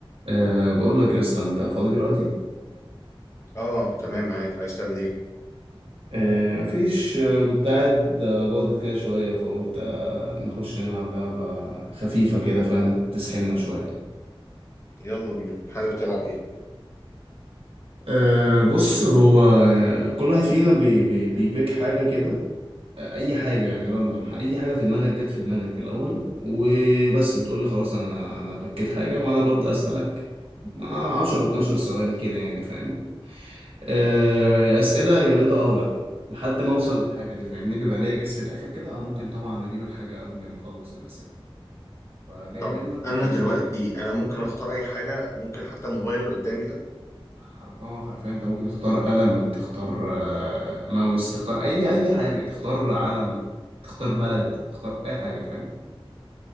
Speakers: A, on the right; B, on the left.
A: أه بقول لك يا اسطى انت فاضي دلوقتي
B: اه تمام معاك عايز تعمل ايه
A: أه مفيش أه، كنت قاعد أه، جاضد كده شويه فقلت أه، نخش نلعب لعبه خفيفه كده فاهم تسحلنا شويه
B: يلا بينا حابب تلعب ايه
A: أه بص هو أه، كل واحد فينا بي بي بيبيك حاجه كده أه، اي حاجه يعني راندوم اي حاجه في دماغك جت في دماغك في الاول وبس بتقول لي خلاص انا انا بكيت حاجه وانا ببدا اسالك مع 10 12 سؤال كده يعني فاهم آه، أسئلة إجابتها أه ولا لحد ما أوصل للحاجة دي فاهمني بيبقى ليا جس في الآخر كده أو ممكن طبعا أجيب الحاجة قبل ما أخلص الأسئلة فجاي
B: طب
A: منك
B: انا
A: ولا إيه
B: دلوقتي
A: الدنيا؟
B: انا ممكن اختار اي حاجة ممكن حتى الموبايل اللي قدامي ده
A: حر... أه حرفيا أنت ممكن تختار قلم تختار آه، ماوس تختار أي أي حاجة تختار علم تختار بلد تختار أي حاجة فاهم؟